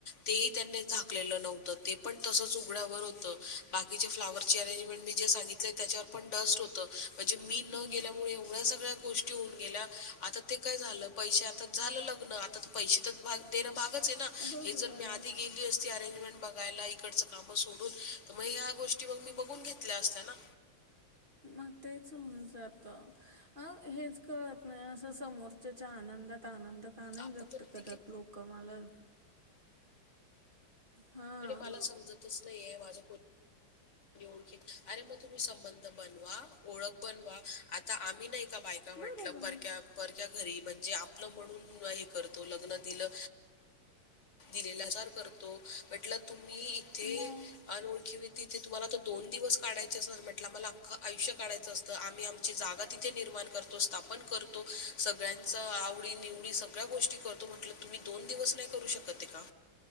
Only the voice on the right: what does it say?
हम्म
बरोबर
आहे
मग तेच होऊन जात. अ हेच कळत नाही असं समोरच्याच्या आनंदात आनंद का नाही
व्यक्त
करत
लोक मला हां
बरोबर
आहे
मग